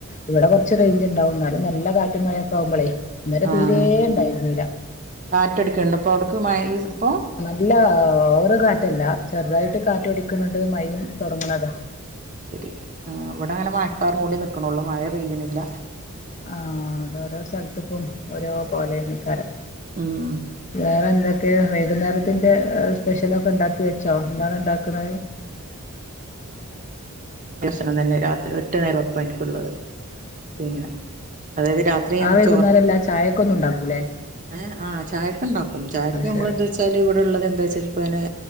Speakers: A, on the left; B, on the right.
A: ഇവിടെ കുറച്ച് റേഞ്ച് ണ്ടാവും. ന്നാലും നല്ല കാറ്റു മഴ ഒക്കെ ആവുമ്പോളേ ഇന്നലേ
B: ആഹ്
A: തീരെ ഇണ്ടായിരുന്നില്ല.
B: കാറ്റടിക്ക്ണ്ടോ ഇപ്പൊ അവ്ട്ക്ക് മഴ ഈ ഇപ്പൊ
A: ഇല്ല ഓരോ കാറ്റല്ല ചെറുതായിട്ട് കാറ്റ്ടിക്കുന്നുണ്ട് മഴയും തുടങ്ങണതാ
B: ആ ശരി ഇവിടെ അങ്ങനെ മഴക്കാർ മൂടി നിക്കണള്ളൂ മഴ പെയ്യണില്ല.
A: ആ അതോരോ സ്ഥലത്തക്കും ഓരോ പോലെയക്കാരം.
B: ഉം
A: വേറെ എന്തൊക്കെയ വൈകുന്നേരത്തിന്റെ സ്പെഷ്യലൊക്കെ ഉണ്ടാക്കി വെച്ചോ എന്താണ് ഉണ്ടാക്കണ?
B: പ്രസനം തന്നെ രാത്രി ഒറ്റ നേരം ഒപ്പ എനിക്കുള്ളത് പിന്നെ അതായത് രാത്രി ഞങ്ങക്ക്
A: ആ വൈകുന്നേര എല്ലാം ചായക്കൊന്നും ഉണ്ടാക്കൂല്ലേ
B: ഏ ആ ചായക്കണ്ടാക്കും ചായക്ക് നമ്മളെന്താചാ
A: ശരി
B: ഇവിടെ ഉള്ളത് എന്താചാ ചെലപ്പോ ഞാന്